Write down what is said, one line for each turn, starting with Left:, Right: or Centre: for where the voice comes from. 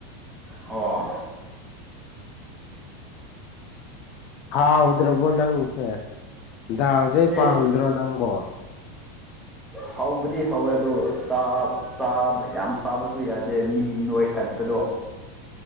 Centre: ꯑꯣ
Left: ꯍꯥꯎꯗ꯭ꯔꯕꯣ ꯅꯪꯁꯦ ꯗꯥꯁꯩ
Centre: ꯏꯁ
Left: ꯄꯥꯝꯗ꯭ꯔꯣ ꯅꯪꯕꯣ
Centre: ꯍꯧꯕꯗꯤ ꯍꯧꯋꯦ ꯑꯗꯣ ꯆꯥꯕ ꯌꯥꯝ ꯆꯥꯕꯁꯨ ꯌꯥꯗꯦ ꯃꯤ ꯅꯣꯏꯈꯠꯄꯗꯣ ꯑꯣ